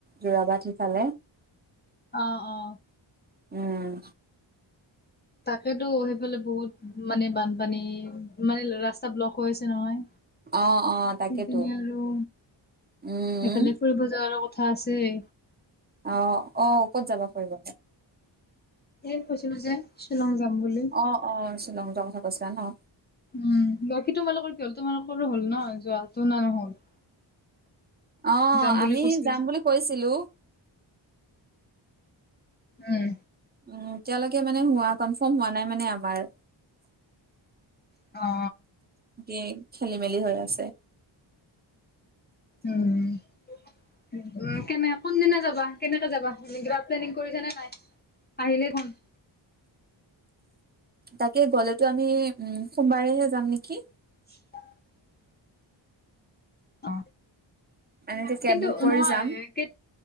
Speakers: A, on the right; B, on the left.
A: যোৰাবাট সিফালে।
B: অ অ
A: উম
B: তাকেতো সেফালে বহুত মানে বানপানী মানে ৰাচ স্তা ব্লক হৈছে নহয়
A: অ', অ' তাকেতো
B: সেইখিনি আৰু
A: উম,
B: এইফালে ফুৰিব যোৱাৰো কথা আছেই।
A: অ অ ক'ত যাবা ফুৰিবলে
B: এ কৈছিলো যে শ্বিলং যাম বুলি।
A: অ', অ শ্বিলং যোৱাৰ কথা কৈছিলা ন।
B: উম বাকী তোমালোকৰ কি হ'ল তোমালোকৰো হ'ল ন যোৱাতো না নহ'ল।
A: অ
B: যাম বুলি
A: আমি
B: কৈছিলে
A: যাম
B: যে।
A: বুলি কৈছিলো।
B: উম
A: উম এতিয়ালৈকে মানে হোৱা কনফাৰ্ম হোৱা নাই মানে আমাৰ।
B: অ
A: কি খেলি মেলি হৈ আছে।
B: উম উম কেনে কোনদিনা যাবা। কেনেকে যাবা কিবা প্লেনিং কৰিছা নে নাই আহিলে কোন?
A: তাকে গ'লেতো আমি উম সোমবাৰেহে যাম নিকি।
B: <unintelligible> অ
A: এনেকে কেব
B: কিন্তু
A: বুক কৰি
B: নহয়
A: যাম
B: কেত